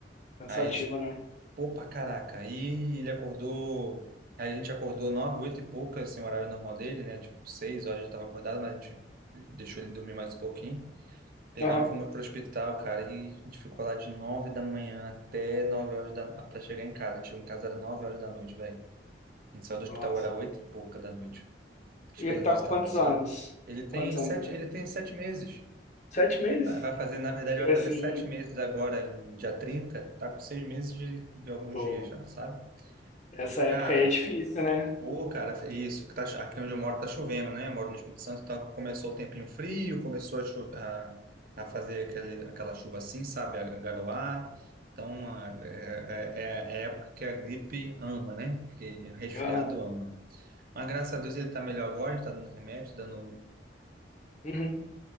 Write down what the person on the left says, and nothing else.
Cansativo,
né?
Aham.
Nossa.
E ele tá
com quantos
anos?
Quantos anos?
Sete meses?
Era
assim,
pô.
Essa
época aí é difícil, né?
Aham.
Uhum.